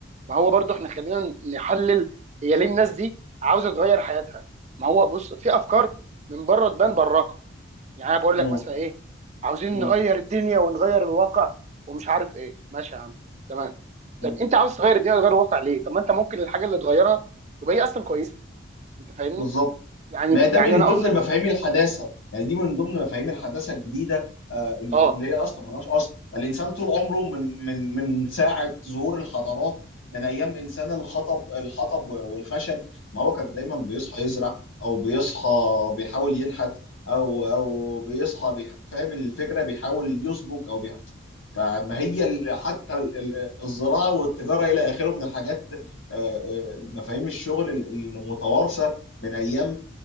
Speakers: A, on the right; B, on the left.
A: ما هو برضو احنا خلينا نحلل هي ليه الناس دي عاوزه تغير حياتها ما هو بص في افكار من بره تبان براقه يعني انا بقول
B: مم.
A: لك مثلا ايه عاوزين
B: مم.
A: نغير الدنيا ونغير الواقع ومش عارف ايه ماشي يا عم تمام طب
B: مم.
A: انت عاوز تغير الدنيا وتغير الواقع ليه طب ما انت ممكن الحاجه اللي تغيرها تبقى هي اصلا كويسه انت فاهمني
B: بالظبط
A: يعني
B: ما ده
A: يعني
B: من
A: انا
B: ضمن
A: قصدي
B: المفاهيم الحداثه يعني دي من ضمن مفاهيم الحداثه الجديده آه، اللي
A: اه
B: هي اصلا ملهاش اصل بل الانسان طول عمره من من من ساعه ظهور الحضارات من ايام انسان الحطب الحطب والخشب ما هو كان دايما بيصحى يزرع او بيصحى بيحاول ينحت او او بيصحى بيح... فاهم الفكره بيحاول يسبك او بيح... فما هي ال- حتى ال- ال- الزراعه والتجاره الى اخره من الحاجات آه، آه، مفاهيم الشغل ال- المتوارثه من ايام